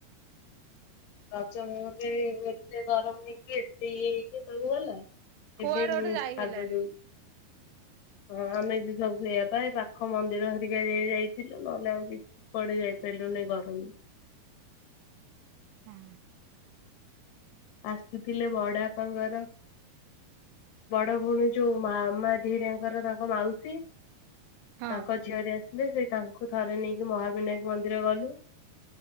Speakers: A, on the left; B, on the right.
A: ରଜ <unintelligible> ଏତେ ଗରମ ହେଇକି ଏତେ ଇଏ ହେଇକି ସବୁ ଗଲା
B: କୁଆଡେ
A: ଏବେ
B: ଗୋଟେ
A: ମୁଁ
B: ଯାଇ
A: ପାଗ
B: ହେଲାନି
A: ଦଉ ହଁ ଆମେ ବି ସବୁ ସେଇଆ ଏ ପାଖ ମନ୍ଦିର ଘରିକା ଯାଇ ଯାଇଥିଲୁ ନହେଲେ ଆଉ କିଛି କୁଆଡେ ଯାଇପାରିଲୁନି ଗରମ ରେ।
B: ହୁଁ।
A: ଆସିଥିଲେ ବଡପାଙ୍କର ବଡ ଭଉଣୀ ଯୋଉ ମାମା ଧିରିଆଙ୍କର ତାଙ୍କ ମାଉସୀ
B: ହଁ
A: ତାଙ୍କ ଝିଅ ହେରିଆ ଯେ ସେଇ ତାଙ୍କୁ ଥରେ ନେଇକି ମହାବିନାୟକ ମନ୍ଦିର ଗଲୁ